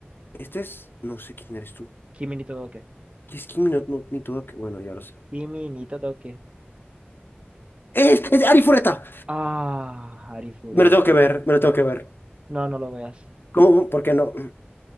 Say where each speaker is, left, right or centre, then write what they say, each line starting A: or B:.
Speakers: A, on the left; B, on the right.
A: Este es. No sé quién eres tú.
B: Kimi ni Todoke.
A: Y es Kimi no, no- ni todo que... Bueno, ya lo sé.
B: Kimi ni Todoke.
A: ¡Es, es de Ari Fureta!
B: Ah, Arifuret.
A: Me lo tengo que ver, me lo tengo que ver.
B: No, no lo veas.
A: ¿Cómo? ¿Por qué no?